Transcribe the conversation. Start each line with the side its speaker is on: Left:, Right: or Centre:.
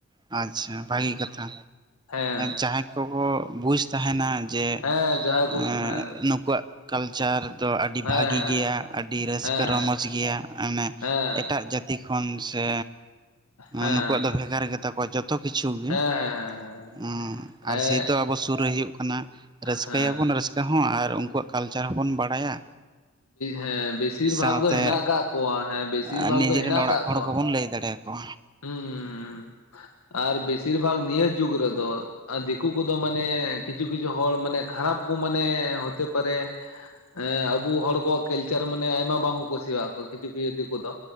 Right: ᱟᱪᱪᱷᱟ ᱵᱷᱟᱜᱤ ᱠᱟᱛᱷᱟ,
Left: ᱦᱮᱸ
Right: ᱡᱟᱦᱟᱸᱭ ᱠᱚᱠᱚ ᱵᱩᱡᱽ ᱛᱟᱸᱦᱮᱱᱟ ᱡᱮ
Left: ᱦᱮᱸ ᱡᱟᱦᱟᱸᱭ ᱠᱚ
Right: ᱮᱸᱻ
Left: ᱦᱮᱸ
Right: ᱱᱩᱠᱩᱣᱟᱜ ᱠᱟᱞᱪᱟᱨ ᱫᱚ ᱟᱹᱰᱤ
Left: ᱦᱮᱸ
Right: ᱵᱷᱟᱹᱜᱤ ᱜᱮᱭᱟ ᱟᱹᱰᱤ, ᱟᱹᱰᱤ ᱨᱟᱹᱥᱠᱟᱹ
Left: ᱦᱮᱸ
Right: ᱨᱚᱢᱚᱡᱽ ᱜᱮᱭᱟ ᱢᱟᱱᱮ
Left: ᱦᱮᱸ
Right: ᱮᱴᱟᱜ ᱡᱟᱹᱛᱤ ᱠᱚ ᱠᱷᱚᱱ ᱥᱮ
Left: ᱦᱮᱸ ᱦᱮᱸ
Right: ᱱᱩᱠᱩᱣᱟᱜ ᱫᱚ ᱵᱷᱮᱜᱟᱨ ᱜᱮᱛᱟ ᱠᱚᱣᱟ ᱡᱚᱛ ᱡᱚᱛᱚ ᱠᱤᱪᱷᱩ ᱜᱮ,
Left: ᱦᱮᱸ
Right: ᱩᱸ
Left: ᱦᱮᱸ
Right: ᱟᱨ ᱥᱮᱭᱛᱚ ᱟᱵᱚ ᱥᱩᱨ ᱨᱮ ᱦᱩᱭᱩᱜ ᱠᱟᱱᱟ ᱨᱟᱹᱥᱠᱟᱹᱭᱟᱵᱚᱱ
Left: ᱦᱮᱸ
Right: ᱨᱟᱹᱥ ᱛᱮᱦᱚᱸ ᱟᱨ ᱩᱝᱠᱩᱣᱟᱜ ᱠᱟᱞᱪᱟᱨ ᱦᱚᱸᱵᱚᱱ ᱵᱟᱲᱟᱭᱟ᱾
Left: ᱦᱮᱸ ᱵᱮᱥᱤᱨ
Right: ᱥᱟᱶᱛᱮ
Left: ᱵᱷᱟᱜᱽ ᱫᱚ ᱦᱮᱱᱟᱜ ᱟᱠᱟᱫ ᱠᱚᱣᱟ ᱦᱮᱸ ᱵᱮᱥᱤᱨ
Right: ᱟᱻ
Left: ᱵᱷᱟᱜᱽ
Right: ᱱᱤᱡᱮ
Left: ᱫᱚ ᱦᱮᱱᱟᱜ
Right: ᱨᱮᱱ ᱚᱲᱟᱜ
Left: ᱟᱠᱟᱫ
Right: ᱦᱚᱲ
Left: ᱠᱚᱣᱟ
Right: ᱠᱚᱵᱚᱱ ᱞᱟᱹᱭ ᱫᱟᱲᱮ ᱚ᱾
Left: ᱦᱩᱸ ᱟᱨ ᱵᱤᱥᱤᱨ ᱵᱷᱟᱜᱽ ᱱᱤᱭᱟᱹ ᱡᱩᱜᱽ ᱨᱮᱫᱚ ᱟᱨ ᱫᱤᱠᱩ ᱠᱚᱫᱚ ᱢᱟᱱᱮ, ᱠᱤᱪᱷᱩ ᱠᱤᱪᱷᱩ ᱦᱚᱲ ᱢᱟᱱᱮ ᱠᱷᱟᱨᱟᱯ ᱠᱚ ᱢᱟᱱᱮ ᱦᱚᱛᱮ ᱯᱟᱨᱮ ᱮᱸ ᱟᱵᱚ ᱦᱚᱲ ᱠᱚᱣᱟᱜ ᱠᱟᱞᱪᱟᱨ ᱢᱟᱱᱮ ᱟᱭᱢᱟ ᱵᱟᱝᱠᱚ ᱠᱩᱥᱤᱭᱟᱜ ᱠᱚ ᱠᱤᱪᱷᱩ ᱠᱤᱪᱷᱩ ᱫᱤᱠᱩ ᱫᱚ᱾